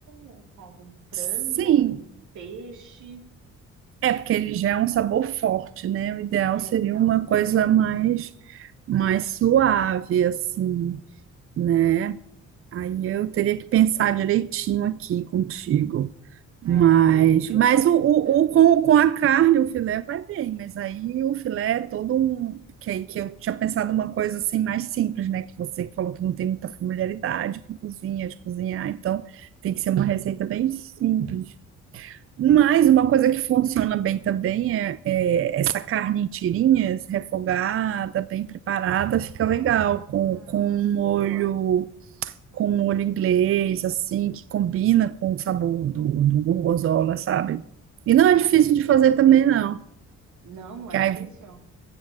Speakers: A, on the right (about 75°); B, on the right (about 45°).
A: ou com algum frango,
B: Sim,
A: algum peixe?
B: É, porque ele já é um sabor forte, né? O ideal
A: É,
B: seria
A: então.
B: uma coisa mais, mais suave, assim, né? Aí eu teria que pensar direitinho aqui contigo.
A: É,
B: Mas,
A: eu, eu
B: mas
A: tava pensando.
B: o, o, o- com, com a carne, o filé vai bem, mas aí o filé é todo um. Que, aí que eu tinha pensado uma coisa assim mais simples, né? Que você falou que não tem muita familiaridade com cozinha, de cozinhar, então tem que ser uma receita bem simples. Mas uma coisa que funciona bem também é, é essa carne em tirinhas, refogada, bem preparada, fica legal
A: Ah,
B: com, com um molho,
A: boa.
B: com um molho inglês, assim, que combina com o sabor do, do gorgonzola, sabe? E não
A: Nossa,
B: é difícil
A: acho
B: de
A: que
B: fazer
A: pode ser.
B: também, não.
A: Não, não
B: Que
A: é difícil?
B: aí